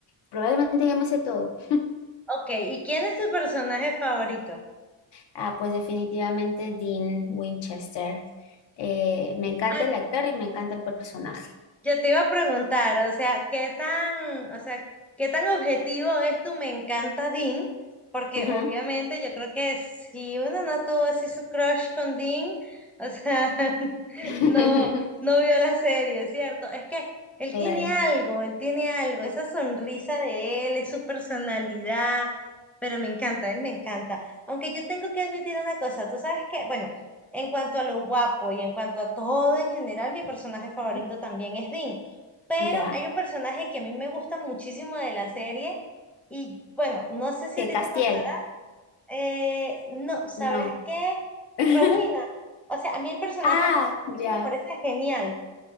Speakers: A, on the left (about 60°); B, in the centre.
A: Probablemente ya me sé todo.
B: Ok, ¿y quién es tu personaje favorito?
A: Ah, pues definitivamente Dean Winchester. Eh, me encanta
B: Ay,
A: el actor y me encanta el personaje.
B: Yo te iba a preguntar, o sea, ¿qué tan, o sea, qué tan objetivo es tu Me encanta Dean? Porque
A: Ujú.
B: obviamente yo creo que si uno no tuvo así su crush con Dean, o sea, <laughs>
A: <laughs>
B: no, no vio la serie, ¿cierto? Es que él
A: Claro.
B: tiene algo, él tiene algo, esa sonrisa de él, es su personalidad, pero me encanta, él me encanta. Aunque yo tengo que admitir una cosa, tú sabes que, bueno, en cuanto a lo guapo y en cuanto a todo en general, mi personaje favorito
A: Ujú.
B: también es Dean. Pero
A: ¿Ya?
B: hay un personaje que a mí me gusta muchísimo de la serie y bueno, no sé si
A: ¿Que
B: a ti
A: Castiel?
B: te pasará. eh, no, ¿sabrás
A: No.
B: qué?
A: <laughs>
B: Rowena. O sea, a mí el personaje
A: Ah,
B: de
A: ya.
B: Rowena me parece genial.